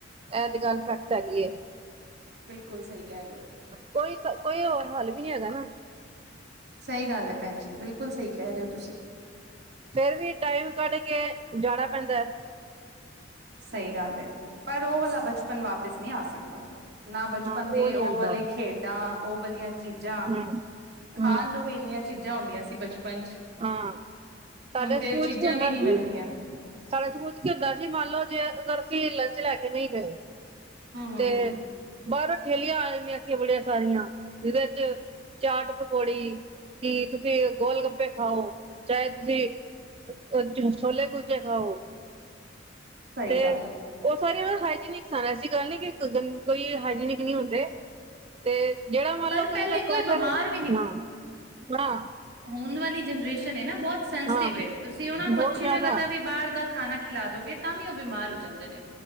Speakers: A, on the right; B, on the right.
A: ਐ ਤੇ ਗੱਲ ਸੱਚ ਹੈਗੀ ਐ।
B: ਬਿਲਕੁਲ ਸਈ ਕੈ ਰਏ ਓ।
A: ਕੋਈ ਤ ਕੋਈ ਹੋਰ ਹੱਲ ਵੀ ਨੀ ਹੈਗਾ ਨਾ।
B: ਸਈ ਗੱਲ ਏ ਭੈਣ ਜੀ ਬਿਲਕੁਲ ਸਈ ਕੈ ਰਏ ਓ ਤੁਸੀਂ।
A: ਫੇਰ ਵੀ ਟਾਈਮ ਕੱਢ ਕੇ ਜਾਣਾ ਪੈਂਦਾ ਐ।
B: ਸਈ ਗੱਲ ਐ ਪਰ ਓ ਵਾਲਾ ਬਚਪਨ ਵਾਪਿਸ ਨਈ ਆ ਸਕਦਾ। ਨਾ ਬਚਪਨ
A: ਉਹ
B: ਦੀ
A: ਨੀ
B: ਓ
A: ਆਉਂਦਾ
B: ਵਾਲੀ ਖੇਡਾਂ ਓ ਵਾਲੀਆਂ ਚੀਜ਼ਾਂ।
A: ਹਮ ਹਮ
B: ਖਾਣ ਨੂੰ ਵੀ ਇੰਨੀਆਂ ਚੀਜ਼ਾਂ ਹੁੰਦੀਆਂ ਸੀ ਬਚਪ ਪਨ ਚ,
A: ਹਾਂ ਸਾਡੇ
B: ਹੁਣ ਤੇ
A: ਸਕੂਲ
B: ਏ ਚੀਜ਼ਾਂ
A: ਚ ਹੁੰਦਾ
B: ਵੀ ਨੀ
A: ਸੀ
B: ਮਿਲਦੀਆਂ।
A: ਸਾਡੇ ਸਕੂਲ ਕੀ ਹੁੰਦਾ ਸੀ ਮੰਨ ਲੋ ਜੇ ਅਗਰ ਅਸੀਂ ਲੰਚ ਲੈ ਕੇ ਨਈ ਗਏ
B: ਹਮ ਹਮ
A: ਤੇ,
B: ਹਮ
A: ਬਾਰੋਂ ਠੇਲੀਆਂ ਆ ਜਾਂਦੀਆ ਸੀ ਬੜੀਆਂ ਸਾਰੀਆਂ ਜਿਹਦੇ ਚ ਚਾਟ ਪਕੌੜੀ, ਕੀ ਤੁਸੀਂ ਗੋਲ ਗੱਪੇ ਖਾਓ, ਚਾਏ ਤੁਸੀਂ ਅ ਛੋਲੇ ਕੁਲਚੇ ਖਾਓ।
B: ਸਹੀ
A: ਤੇ
B: ਗੱਲ ਹੈ
A: ਓ ਸਾਰੀਆਂ ਨ ਹਾਈਜੀਨਿਕ ਸਨ ਐਸੀ ਗੱਲ ਨੀ ਕਿ ਗਂ ਕੋਈ ਹਾਈਜੀਨਿਕ ਨਈ ਹੁੰਦੇ। ਤੇ ਜਿਹੜਾ ਮੰਨਲਓ
B: ਪਰ ਪਹਿਲੇ
A: ਕੋਈ ਅਗਰ ਪਰੌਠਾ
B: ਬਿਮਾਰ
A: ਨਾ-ਨਾ
B: ਹੋਣ ਵਾਲੀ ਜਨਰੇਸ਼ਨ ਏ ਨਾ ਬੌ ਸਸਟਿਵ
A: ਹਾਂ
B: ਏ ਤੁਸੀਂ ਓਨਾਂ ਨੂੰ
A: ਬਹੁਤ
B: ਅੱਛੀ
A: ਜ਼ਿਆਦਾ
B: ਜਗ੍ਹਾ ਦਾ ਵੀ ਬਾਰ ਦਾ ਖਾਣਾ ਖਿਲਾ ਦੋਗੇ ਤਾਂ ਵੀ ਬਿਮਾਰ ਹੋ ਜਾਂਦੇ ਨੇ।